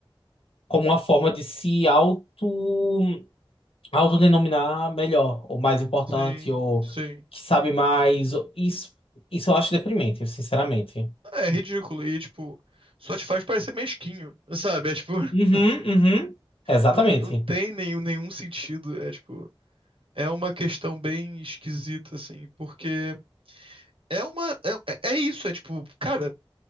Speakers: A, on the left (about 80°); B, on the right (about 70°).
A: como uma forma de se auto, autodenominar melhor, ou mais importante,
B: Sim,
A: ou
B: sim.
A: que sabe mais. ou- Isso, isso eu acho deprimente, sinceramente.
B: É ridículo. E, tipo, só te faz parecer mesquinho, <laughs> sabe? É, tipo, <laughs>
A: Uhum, uhum. Exatamente.
B: não, não tem nenhum, nenhum sentido. É, tipo, é uma questão bem esquisita, assim, porque é uma. É, é é isso, é tipo, cara,